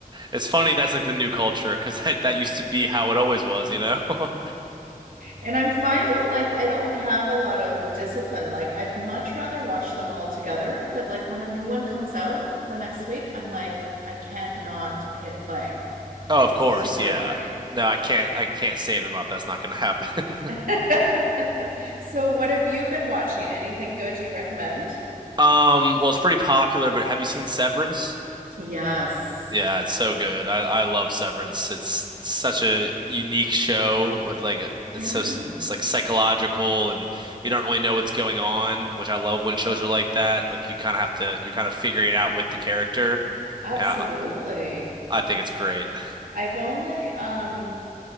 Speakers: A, on the right; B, on the right.
A: It's funny that's like the new culture because that, that used to be how it always was, you know? <laughs>
B: And I'm finding like I don't have a lot of discipline. Like I'd much rather watch them all together, but like when a new one comes out the next week, I'm like I can't not hit play.
A: Oh,
B: Like
A: of
B: it's
A: course,
B: super
A: yeah.
B: annoying.
A: No, I can't I can't save them up. That's not gonna happen.
B: <laughs>
A: <laughs>
B: So what have you been watching? Anything good you recommend?
A: Um, well, it's pretty popular, but have you seen Severance?
B: Yes.
A: Yeah, it's so good. I I love Severance. It's such a unique show with like a-
B: Yeah,
A: it's so s- it's like psychological and you don't really know what's going on, which I love when shows are like that. Like you kind of have to you're kind of figuring it out with the character.
B: absolutely.
A: And I I think it's great. <laughs>
B: I've only um